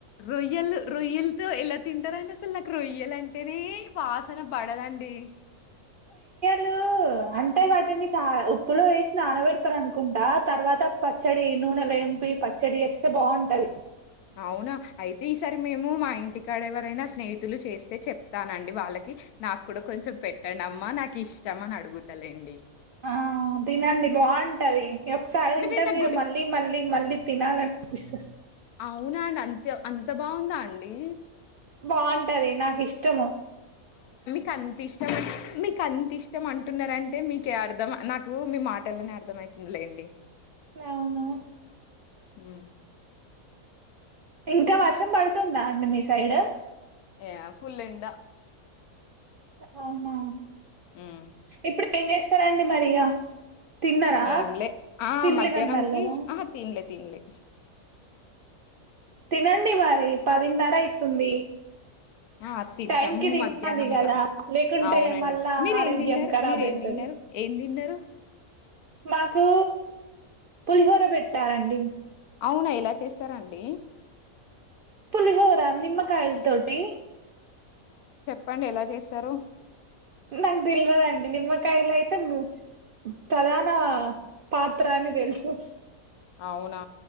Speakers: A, on the left; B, on the right.
A: రొయ్యలు, రొయ్యల్తో ఎలా తింటరండీ! అసలు నాకు రొయ్యలు అంటేనే వాసన బడదండి.
B: లు అంటే, వాటిని సా ఉప్పులో వేసి నానబెడతారు అనుకుంటా. తర్వాత పచ్చడి నూనెల ఎంపి పచ్చడి చేస్తే బాగుంటది.
A: అవునా! అయితే ఈసారి మేము, మా ఇంటికాడ ఎవరైనా స్నేహితులు చేస్తే చెప్తానండి. వాళ్లకి నాకు కూడా కొంచెం పెట్టండమ్మ నాకిష్టం అని అడుగుతలేండి.
B: ఆ తినండి బాగుంటది <unintelligible> సారి తింటే
A: నిన్న
B: మీరు
A: గుడి
B: మళ్ళీ, మళ్ళీ, మళ్ళీ తినాలని పిస్తది.
A: అవున అండి అంత్య అంత బాగుందాండి.
B: బావుంటది నాకిష్టము
A: కంతిష్టం అంటే మికంతిష్టం అంటున్నారంటే, మీకే అర్థం నాకు మీ మాటల్లోనే అర్థమయతుందిలేండి.
B: నవునా
A: హు
B: ఇంకా వర్షం పడుతుందా అండి మీ సైడ్
A: య ఫుల్ ఎండ
B: <unintelligible> అవునా
A: హామ్
B: ఇప్పుడు ఏం చేస్తారండి మరి ఇగ తిన్నారా
A: ఏంలే ఆ
B: తినలేదన్నారు
A: మధ్యాహ్నంకి
B: కదా
A: అహ తిన్లే తిన్లే
B: తినండి మరీ పదిన్నర అయితుంది
A: ఆహ్ తింటాము
B: టైం కి తినాలి
A: మధ్యాహ్నం
B: కదా
A: ఇగ
B: లేకుంటే
A: అవునండి.
B: మళ్ళా
A: మీరు
B: ఆరోగ్యం
A: ఏం తిన్నారు,
B: ఖరాబ్
A: మీరేం
B: అయితది
A: తిన్నారు, ఏం తిన్నారు.
B: మాకు పులిహోర పెట్టారండి
A: అవునా ఎలా చేస్తారండీ
B: పులిహోరా నిమ్కాయల్ తోటి
A: పండు ఎలా చేస్తారు
B: నాక్ తెల్వదండి నిమ్మకాయలైతే ము ప్రధాన పాత్ర అని తెలుసు
A: అవునా